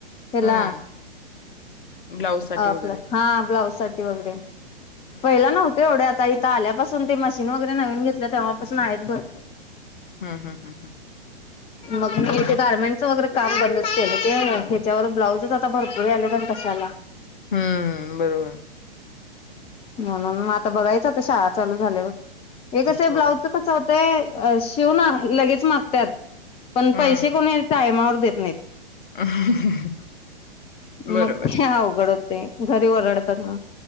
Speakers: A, on the left; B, on the left.
A: हेला
B: हम्म ब्लाऊज साठी
A: आपलं
B: वगैरे
A: हा ब्लाउज साठी वगैरे
B: हम्म
A: पहिला नव्हत एवढे आता त आल्यापासून ते मशीन वगैरे नवीन घेतल्या तेव्हापासून आहेत भरपूर
B: हूं हूं हूं हूं हूं
A: मग मी ते गार्मेंटचं वगैरे काम बंदच केलं ते ह्याच्यावर ब्लाउजच आता भरपूर यायलेत आणि कशाला
B: हूं बरोबर
A: म्हणून मग आता बघायचं आता शाळा चालू झाल्यावर हे कसय
B: हो
A: ब्लाउज च कस होत ते शिव ना लगेच मागत्यात. पण
B: हम्म
A: पैसे कोण टायमावर... देत नाहीत
B: <inaudible> बरोबर
A: मग ते अवघड होत ते घरी ओरडतात मग.